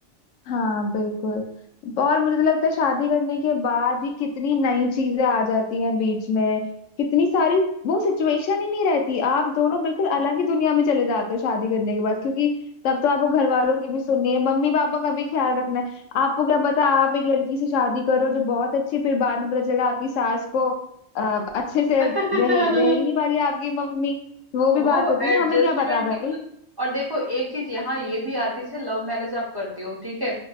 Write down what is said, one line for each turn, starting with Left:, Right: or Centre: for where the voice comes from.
Left: हाँ बिल्कुल और मुझे तो लगता है शादी करने के बाद ही कितनी नई चीजें आ जाती हैं बीच में कितनी सारी वो सिचुएशन ही नहीं रहती आप दोनों बिल्कुल अलग ही दुनिया में चले जाते हो शादी करने के बाद क्योंकि तब तो आपको घर वालों की भी सुननी है मम्मी पापा का भी ख्याल रखना है आपको क्या पता आप एक लड़की से शादी करो जो बहुत अच्छी है, फिर बाद में पता चला आपकी सास को अ, अच्छे से
Right: ये <laughs>
Left: रही रह ही नहीं पा रही है आपकी मम्मी वो भी
Right: वो
Left: बात होती है
Right: एडजस्टमेंट
Left: ना हमें क्या पता
Right: की
Left: भाई
Right: बात और देखो एक चीज यहाँ ये भी आती है जैसे लव मैरिज आप करते हो ठीक है